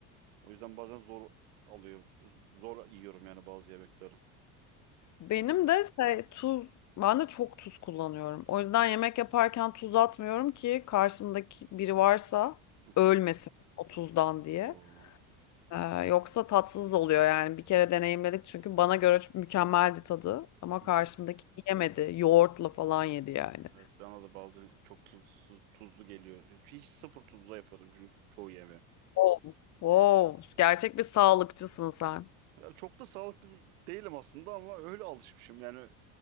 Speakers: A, on the right (about 85°); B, on the left (about 45°).
A: O yüzden bazen zor alıyor. Zor yiyorum yani bazı yemekleri.
B: Benim de şey tuz. Ben de çok tuz kullanıyorum. O yüzden yemek yaparken tuz atmıyorum ki karşımdaki biri varsa
A: Hı
B: ölmesin
A: hı.
B: o tuzdan diye.
A: Oo.
B: Ee, yoksa tatsız oluyor yani bir kere deneyimledik çünkü bana göre çok mükemmeldi tadı ama
A: Hı
B: karşımdaki
A: hı.
B: yemedi yoğurtla falan yedi yani.
A: Evet bana da bazen çok tuzlu, tuzlu geliyor. Hiç sıfır tuzlu yapıyordum çünkü çoğu yemeği.
B: Wow. Wow. Gerçek bir sağlıkçısın sen.
A: Ya çok da sağlıklı bir- değilim aslında ama öyle alışmışım. Yani